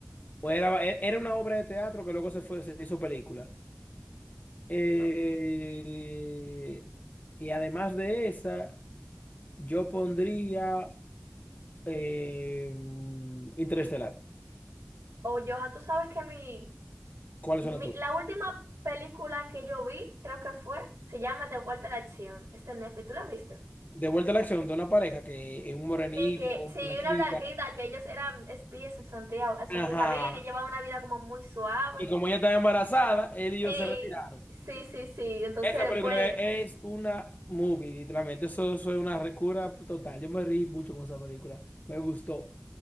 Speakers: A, on the left; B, on the right.
A: bueno, Era, era una obra de teatro que luego se fue, se hizo película. Eh,
B: O
A: y además de esa, yo pondría eh, Interestelar.
B: oh, Johan, tú sabes que mi,
A: ¿Cuáles
B: mi-
A: son las tuyas?
B: la última película que yo vi, creo que fue, se llama De vuelta a la acción. Está en Netflix, ¿tú la viste?
A: De vuelta a la acción de una pareja que es un morenito,
B: Sí, que
A: una
B: sí,
A: blanquita.
B: una blanquita, que ellos eran espías en su antigua, en su antigua
A: Ajá.
B: vida y llevaban una vida como muy suave.
A: Y como ella estaba embarazada, él y
B: Sí,
A: yo se retiraron.
B: sí, sí, sí. Entonces
A: Esa
B: después
A: película es es una movie, literalmente. Eso, eso es una recura total. Yo me reí mucho con esa película. Me gustó.